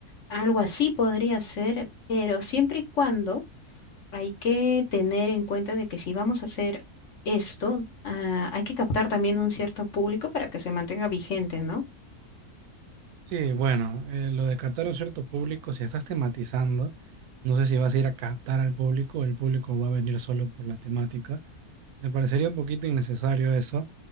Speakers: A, on the left; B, on the right.
A: algo así podría ser, pero siempre y cuando hay que tener en cuenta de que si vamos a hacer esto, ah, hay que captar también un cierto público para que se mantenga vigente, ¿no?
B: Sí, bueno, eh, lo de captar a un cierto público, si estás tematizando, no sé si vas a ir a captar al público o el público va a venir solo por la temática. Me parecería un poquito innecesario eso,